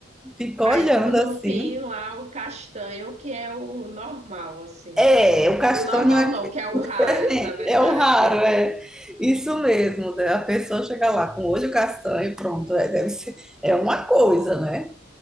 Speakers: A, in the centre; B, on the right (about 30°).
A: fica
B: Ah,
A: olhando
B: então no
A: assim.
B: fim lá o castanho, que é o normal, assim.
A: É, o castanho
B: O normal
A: é
B: não, que é o
A: diferente,
B: raro, na verdade.
A: <laughs> é o raro, é isso mesmo. né? A pessoa chega lá com o olho castanho, pronto, é, deve ser, é uma coisa, né?